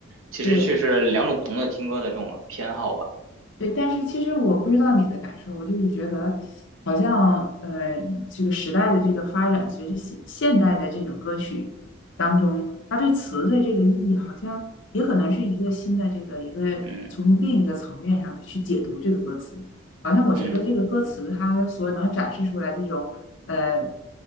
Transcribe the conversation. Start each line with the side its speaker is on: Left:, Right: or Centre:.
Right: 其实却是两种不同的听歌的这种偏好吧。
Left: 对。对，但是其实我不知道你的感受，我就是觉得，好像呃，这个时代的这个发展，其实现现代的这种歌曲当中，它对词的这个意义，好像也可能是一个新的这个一个从另一个层面上的去解读这个歌词。
Right: 嗯
Left: 好像我觉得这个歌词它所能展示出来这种呃
Right: 嗯